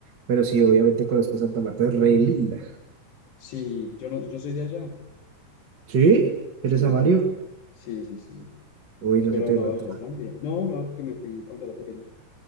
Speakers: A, on the right; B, on the left.
A: Pero sí, obviamente conozco Santa Marta, es re linda.
B: sí, yo no, yo soy de allá.
A: ¿Sí? ¿Eres
B: Sí,
A: a Mario?
B: sí, sí, sí.
A: Uy, no
B: Pero
A: se te
B: no,
A: nota.
B: ya también. No, no, porque me fui cuando era pequeño.